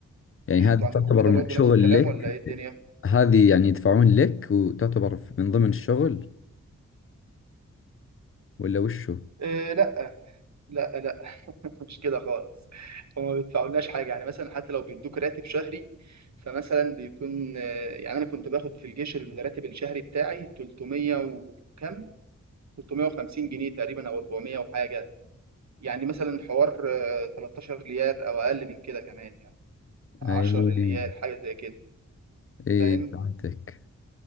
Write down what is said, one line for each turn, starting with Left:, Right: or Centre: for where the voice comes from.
Left: يعني
Right: يعني
Left: هذه
Right: أنتوا عندكم
Left: تعتبر
Right: كده
Left: من
Right: برضه
Left: شغل
Right: نفس الكلام
Left: لك
Right: ولا إيه الدنيا؟
Left: هذه يعني يدفعون لك وتعتبر من ضمن الشغل ولا وشو
Right: إيه لا لا لا <laughs> مش كده خالص وما بيدفعولناش حاجة يعني مثلا حتى لو بيدوك راتب شهري فمثلا بيكون آه، يعني أنا كنت باخد في الجيش الراتب الشهري بتاعي 300 وكم 350 جنيه تقريبا أو 400 وحاجة يعني مثلا حوار آه، 13 ريال أو أقل من كده كمان يعني 10
Left: إيه
Right: ريال حاجة زي كده
Left: إيه
Right: فاهم
Left: فهمتك